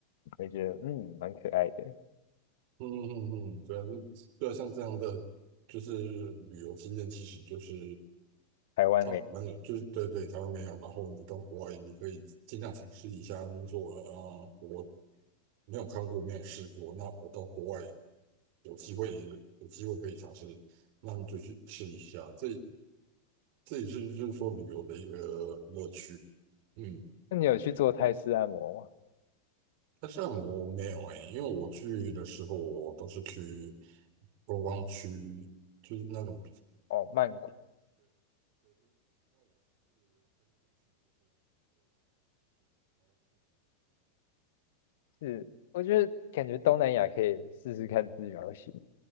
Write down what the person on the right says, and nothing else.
嗯嗯嗯，嗯对啊，这对啊，像这样的就是旅游经验，其实就是
它蛮有，就是对对，台湾没有，然后你到国外，你可以尽量尝试一下。你说啊、呃我没有看过，没有试过，那我到国外有机会，有机会可以尝试，那你就去试一下。这这也是就是说旅游的一个乐趣。嗯，
但是按摩没有哎、因为我去的时候，我都是去观光区，就是那种。